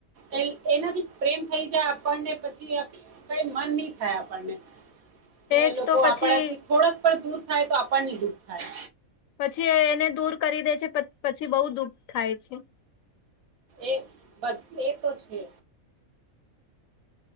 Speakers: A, on the right (about 80°); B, on the left (about 75°).
A: એ એ એનાથી પ્રેમ થઈ જાય આપણને પછી આ કઈ મન ની થાય આપણને. કે
B: તેજ
A: લોકો
B: તો પછી
A: આપણાથી થોડાક પણ દુર થાય તો આપણનેય દુઃખ થાય.
B: પછી એને દૂર કરી દે છે પ પછી બઉુ દુઃખ થાય છે.
A: એ બસ એ તો છે.